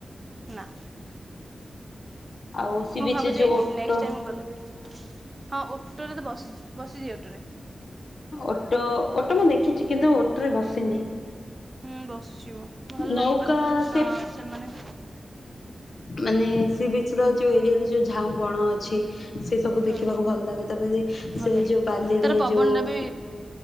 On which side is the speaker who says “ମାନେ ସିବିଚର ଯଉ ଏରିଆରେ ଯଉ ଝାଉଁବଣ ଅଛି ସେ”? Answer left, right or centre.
Left